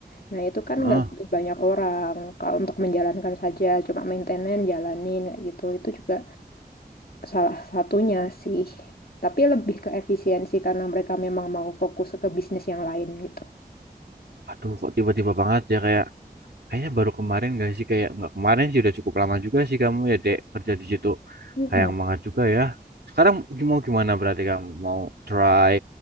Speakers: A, on the left; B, on the right.
A: Nah itu kan
B: Ah,
A: nggak butuh banyak orang kalau untuk menjalankan saja, cuma maintenance jalanin kayak gitu. Itu juga salah satunya sih. Tapi lebih ke efisiensi karena mereka memang mau fokus ke bisnis yang lain gitu.
B: aduh, kok tiba-tiba banget ya kayak kayaknya baru kemarin gak sih kayak nggak kemarin sih udah cukup lama juga sih kamu ya dek kerja di situ.
A: Mm-mm.
B: Sayang banget juga ya. Sekarang mau gimana berarti kamu mau try?